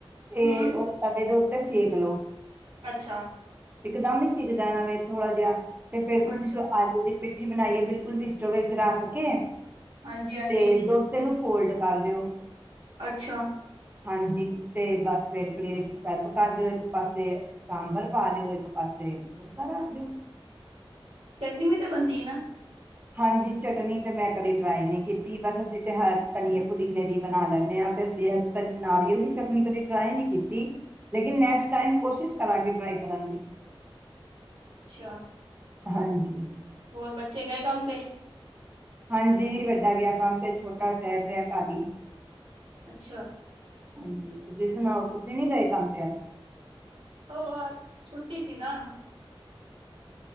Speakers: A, on the right; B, on the right.
A: ਤੇ
B: ਹੂੰ
A: ਉਹ ਕਵੇ ਦ ਦਸੀਏ ਖਲੋ
B: ਅੱਛਾ
A: ਇਕਦਮ ਹੀ ਸਿੱਖਦਾਣਾ ਫੇਿਰ ਥੋੜਾ ਜਿਹਾ ਤੇ ਫੇਰ ਤੁਸੀਂ
B: ਅੱਛਾ,
A: ਜੋ ਅੱਜ ਦੇ ਪਿੱਠੀ ਬਣਾਈਏ ਬਿਲਕੁਲ ਪੀਚੋ ਵਿੱਚ ਰੱਖ ਕੇ
B: ਹਾਂਜੀ, ਹਾਂਜੀ
A: ਤੇ ਦੋਸਤ ਨੂੰ ਫੋਲਡ ਕਰ ਦਿਓ
B: ਅੱਛਾ
A: ਹਾਂਜੀ ਤੇ ਬਸ ਫਿਰ ਪਲੇਟ ਚ ਸਰਵ ਕਰ ਦਿਓ ਇੱਕ ਪਾਸੇ ਸਾਂਬਰ ਪਾ ਦਿਓ ਇੱਕ ਪਾਸੇ ਡਸਾ ਰੱਖ ਦਿਓ
B: ਚਟਨੀ ਵੀ ਤੇ ਬਣਦੀ ਹੈ ਨਾ
A: ਹਾਂਜੀ ਚਟਨੀ ਤਾਂ ਮੈਂ ਕਦੇ ਟਰਾਈ ਨਹੀਂ ਕੀਤੀ ਬਸ ਅਸੀਂ ਤੇ ਧਨੀਏ ਪੁਦੀਨੇ ਦੀ ਬਣਾ ਲੈਂਦੇ ਹਾਂ ਤੇ ਅਸੀਂ ਤ ਨਾਰੀਅਲ ਦੀ ਚਟਨੀ ਕਦੀ ਟਰਾਈ ਨਹੀਂ ਕੀਤੀ ਲੇਕਿਨ ਨੈਕਸਟ ਟਾਈਮ ਕੋਸ਼ਿਸ਼ ਕਰਾਂਗੇ ਟਰਾਈ ਕਰਨ ਦੀ
B: ਅੱਛਾ
A: ਹਾਂਜੀ
B: ਹੋਰ ਬੱਚੇ ਗਏ ਕੰਮ ਤੇ
A: ਹਾਂਜੀ ਵੱਡਾ ਗਿਆ ਕੰਮ ਤੇ ਛੋਟਾ ਚਹਿ ਰਿਹਾ ਘੀ
B: ਅੱਛਾ
A: ਹਾਂਜੀ ਤੁਸੀਂ ਸੁਣਾਓ ਕੁਸੀੇ ਨੀ ਗਏ ਕੰਮ ਤੇਿਆ
B: ਹੋ ਆ ਛੁੱਟੀ ਸੀ ਨਾ